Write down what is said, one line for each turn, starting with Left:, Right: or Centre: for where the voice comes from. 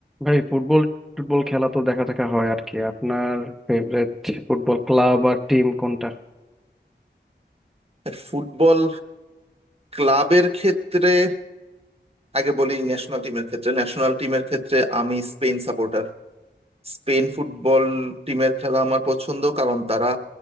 Centre: ভাই football football খেলা তো দেখা টাকা হয় আর কি আপনার ফেভারিট ফুটবল ক্লাব আর টিম কোনটা
Right: Football ক্লাবের ক্ষেত্রে আগে বলি ন্যাশনাল টিমের ক্ষেত্রে ন্যাশনাল টিমের ক্ষেত্রে আমি স্পেন সাপোর্টার স্পেন ফুটবল টিমের খেলা আমার পছন্দ কারণ তারা